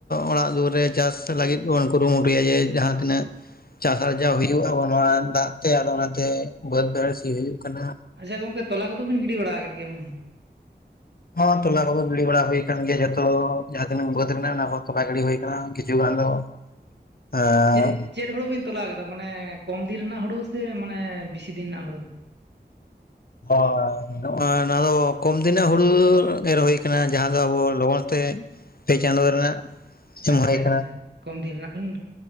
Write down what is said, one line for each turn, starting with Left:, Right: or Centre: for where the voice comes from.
Left: ᱚᱲᱟᱜ ᱫᱩᱣᱟᱹᱨ ᱨᱮ ᱪᱟᱥ ᱞᱟᱹᱜᱤᱫ ᱵᱚᱱ ᱠᱩᱨᱩᱢᱩᱴᱩᱭᱟ ᱡᱮ ᱡᱟᱦᱟᱸ ᱛᱤᱱᱟᱹᱜ ᱪᱟᱥ ᱟᱨᱡᱟᱣ ᱦᱩᱭᱩᱜ ᱟᱵᱚ ᱱᱚᱣᱟ ᱫᱟᱜ ᱛᱮ ᱟᱫᱚ ᱚᱱᱟᱛᱮ ᱵᱟᱹᱫᱽ ᱵᱟᱹᱲᱥᱤ ᱦᱩᱭᱩᱜ ᱠᱟᱱᱟ᱾
Right: ᱟᱪᱪᱷᱟ ᱜᱚᱝᱠᱮ ᱛᱚᱞᱟ ᱠᱚᱫᱚᱵᱤᱱ ᱜᱤᱰᱤ ᱵᱟᱲᱟ ᱟᱠᱟᱫ ᱜᱮᱭᱟ ᱢᱚᱱᱮ ᱦᱚᱭ?
Left: ᱦᱚᱸ ᱛᱚᱞᱟ ᱠᱚᱫᱚ ᱜᱤᱲᱤ ᱵᱟᱲᱟ ᱦᱩᱭᱭᱟ ᱟᱠᱟᱱ ᱜᱮᱭᱟ ᱡᱷᱚᱛᱚ ᱡᱟᱦᱟᱸ ᱛᱤᱱᱟᱜ ᱵᱟᱹᱫᱽ ᱨᱮᱱᱟᱜ ᱠᱟᱱᱟ ᱚᱱᱟ ᱠᱚ ᱛᱚᱯ ᱜᱤᱰᱤ ᱦᱩᱭ ᱟᱠᱟᱱᱟ᱾ ᱠᱤᱪᱷᱩ ᱜᱟᱱ ᱫᱚ ᱮᱸᱻ
Right: ᱪᱮᱫ ᱪᱮᱫ ᱦᱩᱲᱩ ᱵᱤᱱ ᱛᱚᱞᱟ ᱟᱠᱟᱫᱟ ᱢᱟᱱᱮ ᱠᱚᱢ ᱫᱤᱱ ᱨᱮᱱᱟᱜ ᱦᱩᱲᱳ ᱥᱮ ᱢᱟᱱᱮ ᱵᱮᱥᱤ ᱫᱤᱱ ᱨᱮᱱᱟᱜ ᱦᱩᱲᱩ?
Left: ᱦᱚᱭ ᱱᱚᱣᱟ ᱫᱚ ᱠᱚᱢ ᱫᱤᱱ ᱦᱩᱲᱩ ᱮᱨ ᱦᱩᱭ ᱟᱠᱟᱱᱟ ᱡᱟᱦᱟᱸ ᱫᱚ ᱟᱵᱚ ᱞᱚᱜᱚᱱ ᱛᱮ ᱯᱮ ᱪᱟᱸᱫᱚ ᱨᱮᱱᱟᱜ᱾ ᱮᱢ
Right: ᱟᱪᱪᱷᱟ
Left: ᱦᱩᱭ ᱟᱠᱟᱱᱟ
Right: ᱟᱪᱪᱷᱟ ᱠᱚᱢ ᱫᱤᱱ ᱨᱮᱱᱟᱜ ᱵᱤᱱ